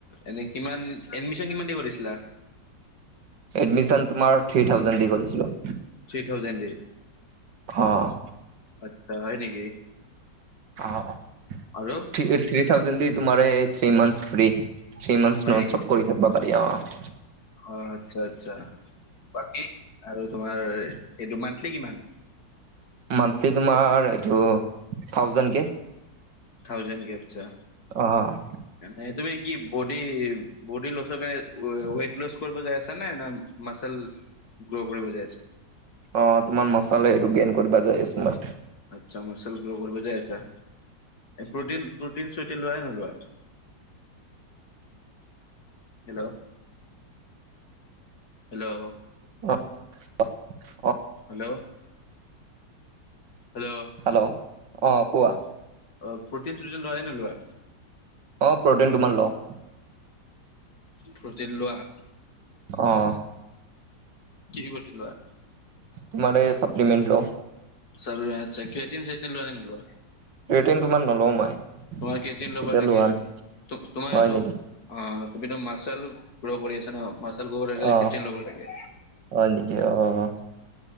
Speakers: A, on the left; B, on the right.
A: এনে কিমান, এডমিছন কিমান দিছিলা?
B: এডমিছন তোমাৰ থ্ৰী থাউজেণ্ড দি কৰিছিলোঁ,
A: থ্ৰী থাউজেণ্ড দি
B: অ'।
A: আচ্ছা, হয় নেকি?
B: অ',
A: আৰু
B: থ্ৰী থাউজেণ্ড দি তোমাৰে three months free. Three month
A: হয়
B: নন-ষ্টপ
A: নেকি
B: কৰিছে। <unintelligible>
A: অ', আচ্ছা, আচ্ছা। বাকী, আৰু তোমাৰ এইটো মান্থলি কিমান?
B: মান্থলি তোমাৰ এইটো থাউজেণ্ড কে।
A: থাউজেণ্ড কে আচ্ছা।
B: অ'।
A: ন, তুমি কি বদি বডি লছৰ বাবে ৱেইট লছ কৰিব বিচাৰিছা নেকি নে, মাচল গ্ৰ' কৰিব গৈ আছা?
B: অ', তোমাৰ মাচলেই এইটো গেইন কৰিব গৈ আছোঁ মই।
A: আচ্ছা, মাচল গ্ৰ' কৰিব গৈ আছা? প্ৰ'টিন-চটিন লোৱা নে নলোৱা?
B: <inaudible>
A: Hello, hello.
B: অ', -অ, - অ,।
A: হেল্ল,। হেল্ল'।
B: হেল্ল', অ', কোৱা?
A: অ', প্ৰ'টিন‌-চটিন লোৱা নে নোলোৱা?
B: অঁ, প্ৰ'টিন তোমাৰ লউ।
A: প্ৰ'টিন লোৱা?
B: অঁ',।
A: কি প্ৰ'টিন লোৱা?
B: তোমাৰে ছাপ্লিমেণ্ট লোৱা।
A: চল, আচ্ছা। কেটিন, চেটিন‌ লোৱা নে নোলোৱা?
B: ক্ৰিয়েটিন তোমাৰ নলওঁ মই।
A: তোমাৰ ক্ৰিয়েটিন ল'ব
B: এতিয়া
A: লাগে
B: লোৱা
A: তুমি, তোমাৰ
B: হয়
A: এইটো
B: নেকি
A: অ', তুমি তো মাচল গ্ৰ' কৰি আছা, ন গ্ৰ' কৰি
B: অহ,
A: ক্ৰেটিন ল'ব লাগে
B: হয় নেকি? অহ।